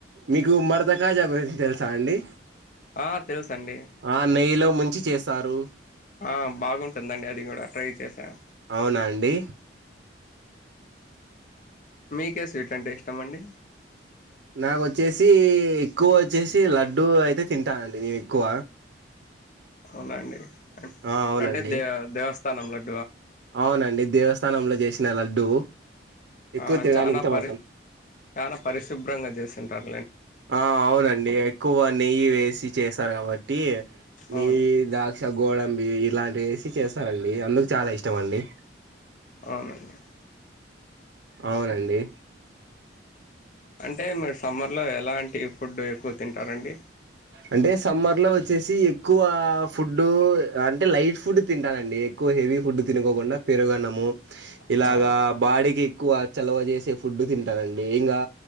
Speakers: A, on the right (about 65°); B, on the left (about 45°).
A: మీకు మడతా కాజా గురించి తెలుసా అండి.
B: ఆ తెలుస్ అండి
A: ఆ నెయ్యిలో ముంచి చేస్తారు.
B: ఆ బాగుంటుందండి. అది కూడా ట్రై చేసాం
A: అవునా అండి.
B: మీకే ఎ స్వీట్లు అంటే ఇష్టం అండి.
A: నాకోచ్చేసి ఎక్కువ వచ్చేసి లడ్డు అయితే తింటానండి. నే ఎక్కువ
B: అవునా అండి
A: ఆ అవునండి
B: అంటే దేవ్ దేవస్త్ <unintelligible>
A: అవునండి. దేవస్థానంలో చేసిన లడ్డు ఎక్కువ
B: ఆ
A: తినడానికి
B: చానా
A: ఇష్టపడతాను
B: పరిశ్రుబ్ చానా పరిశుభ్రంగా చేసే <unintelligible>
A: ఆ అవునండి. ఎక్కువ నెయ్యి వేసి చేస్ ఉంటారు కాబట్టి టి, నీది
B: అవునండి
A: ద్రాక్ష, గోడంబి ఇలాంటి రేసి చేస్తారండి అందుకు చాలా ఇష్టం అండి
B: అవునండి
A: అవునండి
B: అంటే మీరు సమ్మర్ లో ఎలాంటి ఫుడ్ ఎక్కువ తింటారండి
A: అంటే సమ్మర్ లో వచ్చేసి ఎక్కువ ఫుడ్ అంటే లైట్ ఫుడ్ తింటానండి ఎక్కువ హెవీ ఫుడ్ తినుకోకుండా పెరుగనము ఇలాగా
B: ఆ
A: బాడికి ఎక్కువ చలవ చేసే ఫుడ్ తింటానండి ఇంకా